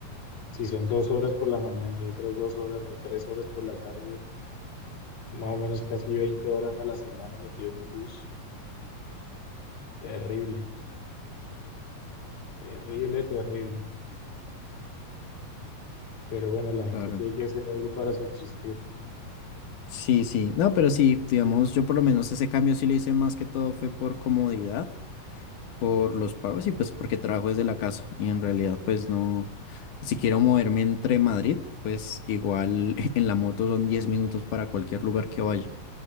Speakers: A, on the left; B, on the left.
A: si son dos horas por la mañana y otras dos horas o tres horas por la tarde, más o menos casi 20 horas a la semana metido en un bus, terrible, terrible, terrible. Pero bueno, la gente
B: Claro.
A: tiene que hacer algo para subsistir.
B: Sí, sí. No, pero sí, digamos, yo por lo menos ese cambio sí lo hice más que todo fue por comodidad, por los pagos y pues porque trabajo desde la casa. Y en realidad, pues no, si quiero moverme entre Madrid, pues igual <laughs> en la moto son 10 minutos para cualquier lugar que vaya.